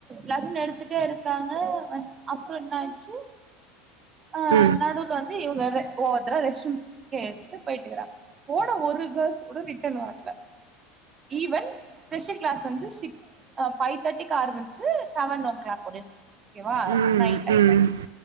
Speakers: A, on the right; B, on the right.
A: லெசன் எடுத்துட்டே இருக்காங்க அப்றோ என்னாச்சு ஆ
B: ம்
A: நடுல வந்து இவகார ஒவ்வொத்தரா ரெஸ்ட் ரூம் கேட்டு போயிட்டு வராங் போன ஒரு கேள்ஸ் கூட ரிட்டன் வர்ல ஈவன் ஸ்பெஷல் க்ளாஸ் வந்து சிக் ஆ ஃபைவ் தேட்டிக்கு ஆரமிச்சு செவனோ க்ளாக் வுடு ஓக்கேவா
B: ம் ம்
A: நைட் டைம்ல
B: ம்